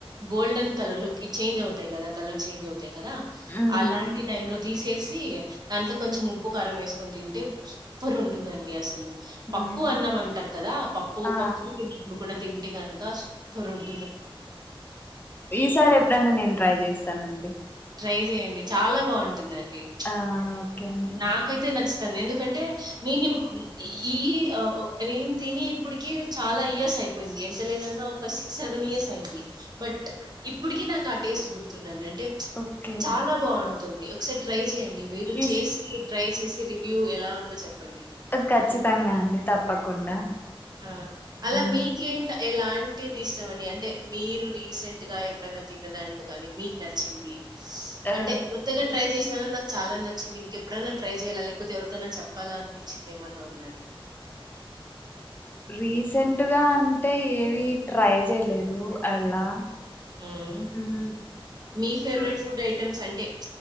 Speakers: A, on the right; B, on the left.
A: గోల్డన్ కలర్లో కి చేంజ్ అవుతాయి కదా కలర్ చేంజ్వుతాయి కా
B: ఉమ్
A: అలాంటి టై లో తీసేసి అది దాంట్లో కొంచెం ఉప్పు కారం వేసుకొని తింటే సూపర్ ఉంటుందండి అసలు పప్పు
B: ఉమ్
A: అన్నం అంటారు కదా పప్పు
B: ఆ
A: పప్పుతో తిన్నప్పుడుకుండా తిన్ టే కనక సూపర్ ఉంటుంది అండి
B: ఈసారి ఎప్పుడైనా నేను ట్రై చేస్సానండి
A: ట్రై చేయండి చాలా బాగుంటుందండ్ ఇ
B: ఆ ఓకే అండి
A: నాకైతే నచ్చుతన్ ది ఎందుకంటే నేన్ ఇప్ ఈ నేను తిని ఇప్పటికి చాలా ఇయర్స్ అయిపోయింది ఎంత లేదన్నా ఒక సిక్స్ సెవెన్ ఇయర్స్ అయ్ పోయింది బట్ ఇప్పుటికి నాకు ఆ టేస్ట్ గుర్తుఉన్దండి అంటే
B: ఓకే
A: చాలా బాగుంట్ ది ఒకసారి ట్రై చేయన్ డి మీరు
B: ఈస్
A: చేసి ట్రై చేస్ రివ్యూ ఎలా ఉందో చెప్పండి
B: ఖచ్చితంగా అండి తప్పకుండా
A: ఆ అలా
B: ఆ
A: మీకేంట ఎలాంటిది ఇష్టం అండి అంటే మీరు రీసెంట్ గా ఎప్పుడనా తిన్న దాంట్లో కానీ మీకు నచ్చింది
B: ఆ
A: అంటే కొత్తగా ట్రై చేసినను నాక్ చాలా నచ్చింది ఇంకెప్పుడైనా ట్రై చేయ్యాలా లేకపోతే ఎవరికైనా చెప్పాలా అనిపించిందేమన్నా ఉందా అన్ డి
B: రీసెంట్గా అంటే ఏవి ట్రై చేయలేదు అలా
A: ఉమ్
B: హ్మ్
A: మీ ఫేవరెట్
B: హ్మ్
A: ఫుడ్ ఐటమ్స్ అంట్ టె